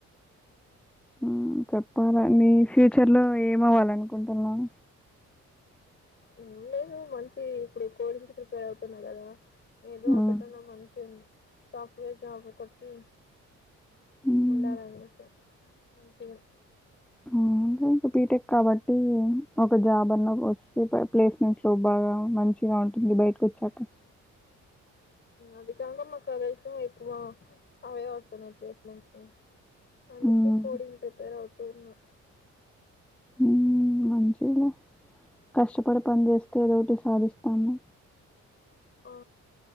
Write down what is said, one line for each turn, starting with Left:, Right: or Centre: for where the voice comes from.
Centre: ఆ చెప్పాలె నీ ఫ్యూచర్
Left: మ్
Centre: లో ఏమి అవ్వాలనుకుంటున్నావు
Left: ఏం లేదు మంచి ఇప్పుడు కోడింగ్కి ప్రిపేర్ అవుతున్నా కదా ఏదో
Centre: హ్మ్.
Left: ఒకటన్న మంచి సాఫ్ట్వేర్ జాబ్ కొట్టి
Centre: హ్మ్.
Left: ఉండలీ అంతే ఉ అంటే ఇంక
Centre: అవును అ ఇంక బీటెక్ కాబట్టి ఒక జాబ్ అన్నా వస్తే ప్లేస్మెంట్స్ లో బాగా మంచి గ ఉంటుంది బయటికి వచ్చాక
Left: అధికంగా మా కాలేజ్ లో ఎక్కువ అవే వస్తున్నాయి ప్లేస్మెంట్స్ కి అందుకే
Centre: హ్మ్.
Left: కోడింగ్ ప్రిపేర్ అవుతూ ఉన్నా
Centre: ఊ ఉ మంచిదిలే కష్టపడి పని చేస్తే ఏదోటి సాధిస్తాము
Left: ఆ